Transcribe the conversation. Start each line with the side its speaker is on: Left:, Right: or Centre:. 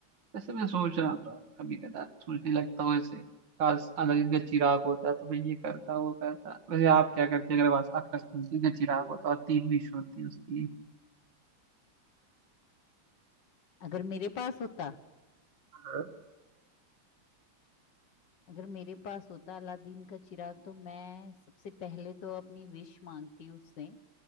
Right: वैसे मैं सोच रहा था कभी कदा सोचने लगता हूँ ऐसे काश अलादीन का चिराग होता तो मैं ये करता वो करता वैसे आप क्या करते अगर बस आपका अलादीन का चिराग होता और तीन विश होती उसकी
Left: अगर मेरे पास होता
Right: हाँ
Left: अगर मेरे पास होता अलादीन का चिराग तो मैं सबसे पहले तो अपनी विश मांगती उससे